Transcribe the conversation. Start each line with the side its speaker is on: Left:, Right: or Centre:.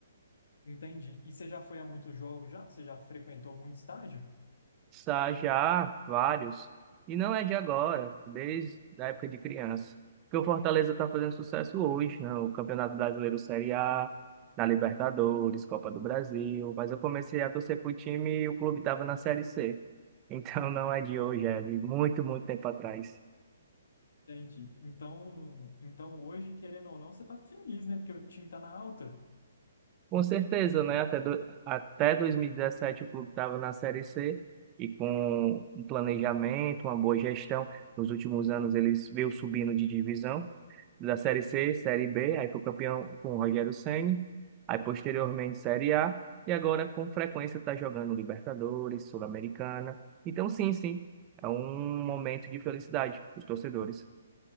Left: Entendi. E você já foi a muitos jogos já? Você já frequentou muito estádio?
Right: Sa- Já vários. E não é de agora, desde a época de criança. Porque o Fortaleza está fazendo sucesso hoje, né? O Campeonato Brasileiro Série A, na Libertadores, Copa do Brasil. Mas eu comecei a torcer para o time e o clube estava na Série C. <laughs> Então não é de hoje, é de muito, muito tempo atrás.
Left: Entendi. Então, então hoje, querendo ou não, você tá feliz, né? Porque o time tá na alta.
Right: Com certeza, né? Até, do, até 2017 o clube estava na Série C e com um planejamento, uma boa gestão, nos últimos anos eles veio subindo de divisão da Série C, Série B, aí foi campeão com o Rogério Ceni, aí posteriormente Série A e agora com frequência está jogando Libertadores, Sul-Americana. Então sim, sim, é um momento de felicidade para os torcedores.